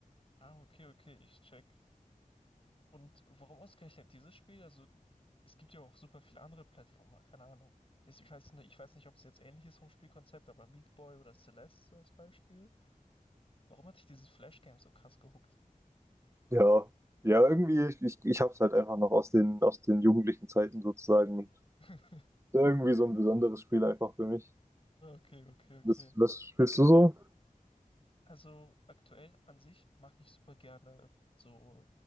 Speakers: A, on the left; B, on the right.
A: Ah, okay, okay, ich check. Und warum ausgerechnet dieses Spiel? Also, es gibt ja auch super viele andere Plattformer, keine Ahnung. Ist- Ich weiß nicht, ich weiß nicht, ob es jetzt ähnlich ist vom Spielkonzept, aber Meat Boy oder Celeste so als Beispiel. Warum hat dich dieses Flash-Game so krass gehuckt?
B: Ja, ja, irgendwie, ich, ich, ich hab's halt einfach noch aus den, aus den jugendlichen Zeiten sozusagen und
A: <laughs>
B: irgendwie so ein besonderes Spiel einfach für mich.
A: Okay, okay, okay.
B: Was, was spielst du so?
A: Also aktuell an sich mag ich super gerne so,